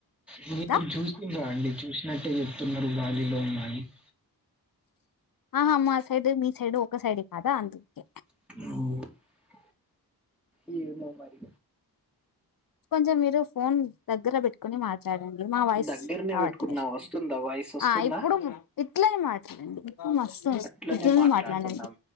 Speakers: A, in the centre; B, on the left.
A: మీరు
B: దా
A: చూసం రాండి చూసినట్టే చెప్ పిల్లలు మరీలో <unintelligible>
B: ఆహా మా సైడ్ మీ సైడ్ ఒక సైడ్ కాదా అందుకే
A: మ్ ఈ ఏమో మరి
B: కొంచెం మీరు ఫోన్ దగ్గర పెట్టుకొని మాట్లాడండి మాట్లాడండి మా వాయిస్
A: దగ్గరనే
B: రావట్లే
A: పెట్టుకున్నా వస్తుందా వాయిస్ వస్తుందా
B: ఆ ఇప్పుడు ఇట్లనే మాట్లాడండి ఇప్పుడు మస్తు
A: అట్లనే
B: ఇట్లనే
A: మాట్లాడుతున్నాం
B: మాట్లాడండి